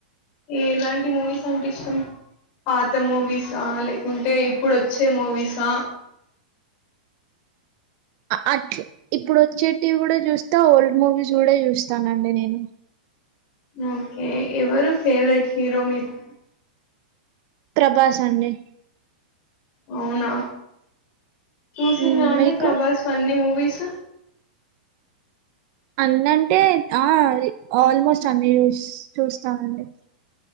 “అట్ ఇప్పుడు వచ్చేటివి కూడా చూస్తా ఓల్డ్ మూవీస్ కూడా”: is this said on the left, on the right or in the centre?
Right